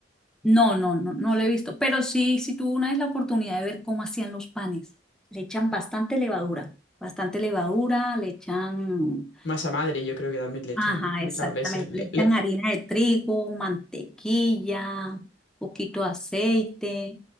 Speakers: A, in the centre; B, on the left.
A: No, no, no, no lo he visto, pero sí, sí tuve una vez la oportunidad de ver cómo hacían los panes. Le echan bastante levadura, bastante levadura, le echan
B: Masa madre, yo creo que también le echan
A: Ajá,
B: muchas
A: exactamente.
B: veces. Le-
A: Le echan
B: le-
A: harina de trigo, mantequilla, poquito de aceite,